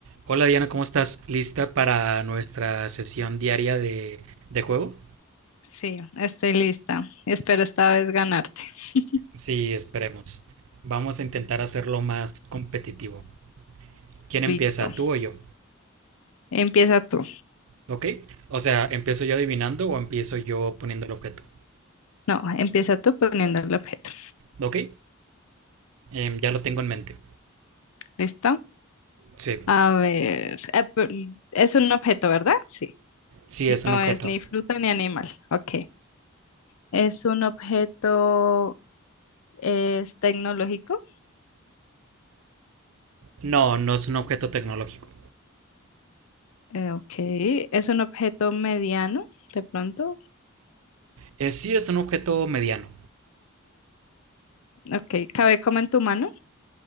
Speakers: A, on the right; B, on the left.
A: Hola Diana, ¿cómo estás? ¿Lista para nuestra sesión diaria de, de juego?
B: Sí, estoy lista. Espero esta vez ganarte. <laughs>
A: Sí, esperemos. Vamos a intentar hacerlo más competitivo. ¿Quién
B: Listo.
A: empieza, tú o yo?
B: Empieza tú.
A: ¿Ok? O sea, ¿empiezo yo adivinando o empiezo yo poniendo el objeto?
B: No, empieza tú poniendo el objeto.
A: ¿Ok? Em, ya lo tengo en mente.
B: ¿Listo?
A: Sí,
B: A ver. eh, pe- Es un objeto, ¿verdad? Sí.
A: sí es
B: No
A: un objeto.
B: es ni fruta ni animal. Ok. Es un objeto, es tecnológico.
A: No, no es un objeto tecnológico.
B: Eh, ok. Es un objeto mediano, de pronto.
A: Eh, sí es un objeto mediano.
B: Ok. Cabe como en tu mano.